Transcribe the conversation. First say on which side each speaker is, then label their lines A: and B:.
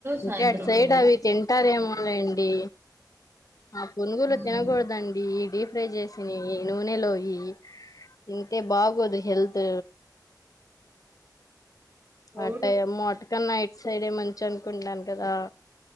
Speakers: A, on the right (about 35°); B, on the left (about 50°).
A: సాయంత్రం
B: అంటే అటు సైడ్
A: పునుగులు
B: అవి తింటారేమో హాయ్ అండి ఆ పునుగులు
A: హ్మ్
B: తినగూడదండి ఇది ఫ్రై చేసినియి నూనెలోయి తి తింటే బాగోదు హెల్త్
A: క్రౌడ్
B: అట్టా ఏమో అటు కన్న ఇటు సైడే మంచి అనుకుంటాను కదా